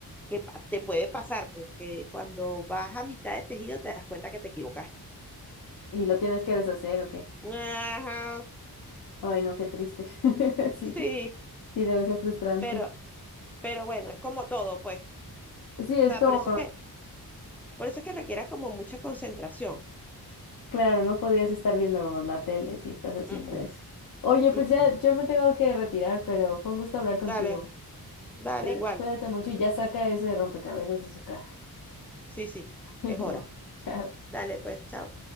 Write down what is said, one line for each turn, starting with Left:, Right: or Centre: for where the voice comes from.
Centre: que pa- te puede pasar, pues que cuando vas a mitad de tejido te das cuenta que te equivocaste.
Left: ¿Y lo tienes que deshacer o qué?
Centre: Ajá,
Left: Ay, no, qué triste. <laughs> Sí,
Centre: sí,
Left: sí, debe ser frustrante.
Centre: pero, pero bueno, es como todo, pues. O
Left: Sí, es
Centre: sea,
Left: como,
Centre: por eso es que, por eso es que requiere como mucha concentración.
Left: claro, no podías estar viendo la tele si estás haciendo
Centre: Mm, mm,
Left: eso. Oye, pues
Centre: mm,
Left: ya
Centre: mm.
Left: yo me tengo que retirar, pero fue un gusto hablar contigo.
Centre: Dale, dale,
Left: Cuida-
Centre: igual.
Left: Cuídate mucho y ya saca ese rompecabezas de su caja.
Centre: Sí, sí,
Left: <laughs>
Centre: es hora.
Left: Chao.
Centre: Dale, pues, chao.